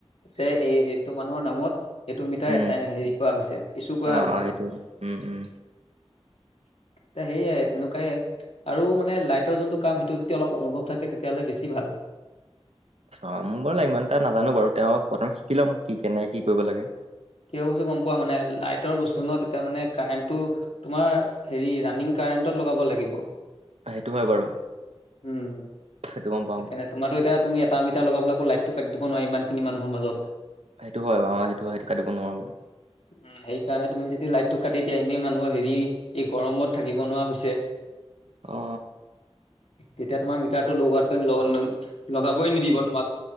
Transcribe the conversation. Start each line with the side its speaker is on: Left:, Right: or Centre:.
Left: যে এই এইটো মানুহৰ নামত এইটো মিটাৰ
Right: উম
Left: এচাইন হেৰি কৰা হৈছে ইচো কৰা
Right: অ
Left: হৈছে
Right: অ সেইটোৱে
Left: মানে
Right: উম উম
Left: <inaudible> এ সেয়াই তেনেকুৱাই আৰু মানে লাইটৰ যোনটো কাম সেইটো যদি অলপ অনুভৱ থাকে তেতিয়াহ'লে বেছি ভাল <inaudible>
Right: অ মোৰ বোলে ইমান এটা নাজানো বাৰু তেওঁ প্ৰথম শিকি লম কি কেনেকে কি কৰিব লাগে
Left: কিয় কৈছো গম পোৱা মানে লাইটৰ বস্তু ন তেতিয়া মানে কাৰেণ্টটো তোমাৰ হেৰি ৰানিং কাৰেণ্টত লগাব লাগিব
Right: সেইটো হয় বাৰু
Left: উম
Right: সেইটো গম পাওঁ
Left: সেইকাৰণে তোমাতো এতিয়া তুমি এটামি এতিয়া লগাব পলৈ আকো লাইটত কাটি দিব নোৱাৰে ইমান খিনি মানুহৰ মাজত
Right: সেইটো হয় অ সেইটো হয় সেইটো কাটিব নোৱাৰো বাৰু
Left: উ সেইকাৰণে তুমি যেতিয়া লাইট টো কাটি দিয়া এনেই মানুহৰ হেৰি এই গৰমত থাকিব নোৱাৰা হৈছে
Right: অ
Left: তেতিয়াাত মই মিতাটো লবাৰ ল লগাবই নিদিব তোমাক